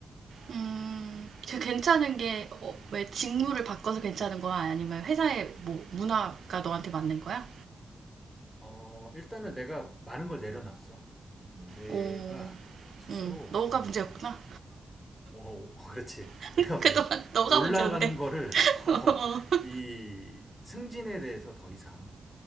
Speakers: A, on the right; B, on the left.
A: 음. 그 괜찮은 게, 어, 왜 직무를 바꿔서 괜찮은 거야? 아니면 회사의 뭐 문화가 너한테 맞는 거야?
B: 어, 일단은 내가 많은 걸 내려놨어. 내가
A: 어,
B: 스스로
A: 응, 너가
B: 아,
A: 문제였구나.
B: 어, 어, <laughs> 그렇지.
A: <laughs>
B: 내가 문제였어.
A: 그동안 너가
B: 올라가는
A: 문제였는데.
B: 거를
A: <laughs>
B: <laughs> 어, 이 승진에 대해서 더 이상